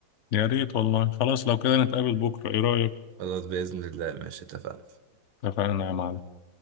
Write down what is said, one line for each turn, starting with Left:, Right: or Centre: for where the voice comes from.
Left: يا ريت والله خلاص لو كده نتقابل بكره ايه رايك
Right: خلاص بإذن الله ماشي اتفقنا
Left: اتفقنا يا معلم